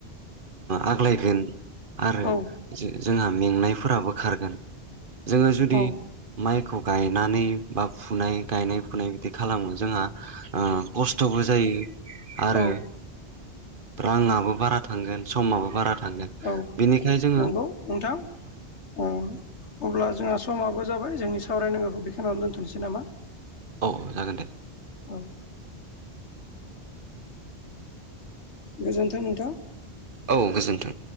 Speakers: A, on the right (about 50°); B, on the left (about 85°).
A: आग्लायगोन आरो
B: औ
A: जोंहा मेंनायफोराबो खारगोन जोङो जुदि
B: औ
A: माइखौ गायनानै बा फुनाय गायनाय फुनाय बिदि खालामो जोंहा आ खस्थ'बो आरो
B: औ
A: राङाबो बारा थांगोन समाबो बारा थांगोन।
B: औ
A: बेनिखायनो जोङो
B: नंगौ नोंथां औ। अब्ला जोंहा समाबो जाबाय जोंनि सावरायनांगौखौ बेखनिनानै दोनथ'नोसै नामा?
A: औ जागोन दे।
B: औ। गोजोन्थों नोंथां।
A: औ गोजोन्थों